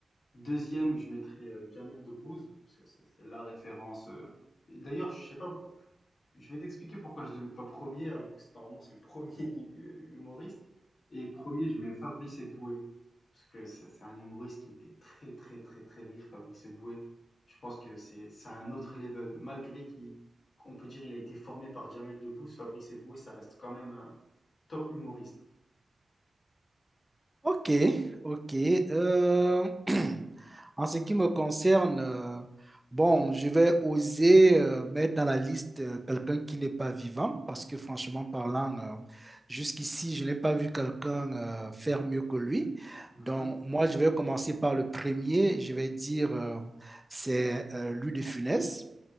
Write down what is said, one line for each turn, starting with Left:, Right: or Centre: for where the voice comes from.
Left: Deuxième, je mettrais euh, Jamel Debbouze, parce que c'est c'est la référence. euh. Et D'ailleurs, je sais pas pourquoi, je vais t'expliquer pourquoi je le mets pas premier, alors que c'est- normalement c'est le premier <laughs> humoriste. Et premier, je mets Fabrice Eboué. Parce que c'est c'est un humoriste qui me fait très très très très rire, Fabrice Eboué. Je pense que c'est c'est un autre level. Malgré qu'il, qu'on peut dire il a été formé par Jamel Debbouze, Fabrice Eboué, ça reste quand même un top humoriste.
Centre: Ok, ok. Euh, <clears throat> en ce qui me concerne, euh, bon, je vais oser euh, mettre dans la liste euh, quelqu'un qui n'est pas vivant, parce que franchement parlant, euh, jusqu'ici, je n'ai pas vu quelqu'un euh, faire mieux que lui.
Left: Mhm.
Centre: Donc, moi, je vais commencer par le premier. Je vais dire, euh, c'est euh, Louis de Funès.